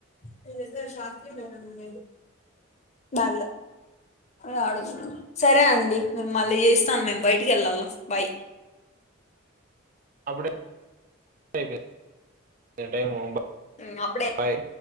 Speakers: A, on the left; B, on the right.
A: నీ దగ్గర <unintelligible> ఏమన్నా ఉన్నాయా బ్యాగ్ల ఏ అడుగు సరే అండి, మేం మళ్ళీ చేస్తాను మేము బయటికి ఎళ్ళాల బై
B: అప్పుడే అయిపోయి టైము బా
A: ఉమ్ అప్పుడే
B: బాయ్